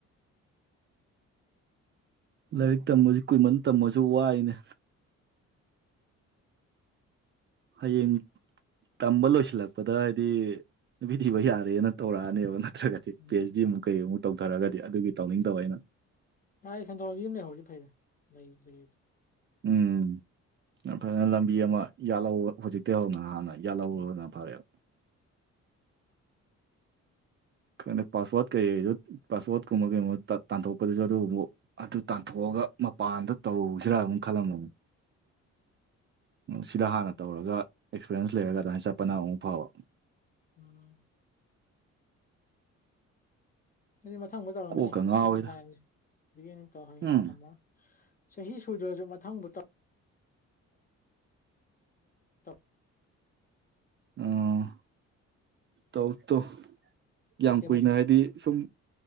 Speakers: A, on the left; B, on the right.
A: ꯌꯥꯏ
B: ꯂꯥꯏꯔꯤꯛ ꯇꯝꯁꯨ ꯀꯨꯏꯃꯟ ꯇꯝꯃꯁꯨ ꯋꯥꯏꯅꯦ ꯍꯌꯦꯡ ꯇꯝꯕ ꯂꯣꯏꯁꯤꯜꯂꯛꯄꯗ ꯍꯥꯏꯗꯤ ꯅꯨꯄꯤ ꯊꯤꯕ ꯌꯥꯔꯦꯅ ꯇꯧꯔꯛꯑꯅꯦꯕ ꯑꯗꯨꯒꯗꯤ
A: ꯎꯝ
B: ꯄꯤ ꯑꯩꯁ ꯗꯤ ꯑꯃꯨꯛ ꯀꯩꯃꯨꯛ ꯇꯧꯊꯔꯒꯗꯤ ꯑꯗꯨꯒꯤ ꯇꯧꯅꯤꯡ ꯇꯕ ꯑꯩꯅ
A: ꯋꯥꯏ ꯁꯪꯇ‌‌ꯣꯛ ꯌꯨꯝ ꯂꯩꯍꯧꯔꯗꯤ ꯐꯩ <unintelligible>
B: ꯎꯝ ꯅꯇꯔꯒ ꯂꯝꯕꯤ ꯑꯃ ꯌꯥꯜꯍꯧꯕ ꯍꯧꯖꯤꯛꯇꯩ ꯍꯧꯅ ꯍꯥꯟꯅ ꯌꯥꯜꯍꯧꯕꯅ ꯐꯔꯦꯕ ꯈꯪꯗ‌ꯦ ꯄꯥꯁꯋꯥꯗ ꯀꯩꯗꯨ ꯄꯥꯁꯋꯥꯠ ꯀꯨꯝꯕ ꯀꯩꯒꯨꯝꯕ ꯇꯥꯟ ꯇꯥꯟꯊꯣꯛꯄꯗꯁꯨ ꯑꯗꯨꯃꯨꯛ ꯑꯗꯨ ꯇꯥꯟꯊꯣꯛꯑꯒ ꯃꯄꯥꯟꯗ ꯇꯧꯁꯤꯔꯥꯅ ꯈꯂꯝꯕ
A: <inaudible>
B: ꯁꯤꯗ ꯍꯥꯟꯅ ꯇꯧꯔꯒ ꯑꯦꯛꯁꯄꯔꯦꯟꯁ ꯂꯩꯔꯒ ꯑꯗꯨꯃꯥꯏꯅ ꯆꯠꯄꯅ ꯑꯃꯨꯛ ꯐꯕ
A: ꯎꯝ ꯑꯩ ꯃꯊꯪꯗ ꯃꯨꯛ ꯇꯧꯔꯝꯒꯤꯅꯤ
B: ꯀꯣꯛꯀ ꯉꯥꯎꯋꯤꯗ
A: ꯁꯤꯒꯤ ꯂꯥꯏꯟ ꯖꯤꯒꯤ ꯑꯩꯅ ꯇꯧꯍꯟꯅꯤꯡꯕ
B: ꯎꯝ
A: ꯊꯕꯛ ꯆꯍꯤ ꯁꯨꯗ꯭ꯔꯁꯨ ꯃꯊꯪꯕꯨ <unintelligible>
B: ꯑꯥ ꯇꯧ ꯇꯣ ꯌꯥꯝ
A: ꯇꯧꯔꯛꯇꯦ
B: ꯀꯨꯏꯅ
A: ꯃꯁꯤꯁꯦ
B: ꯍꯥꯏꯗꯤ ꯁꯨꯝ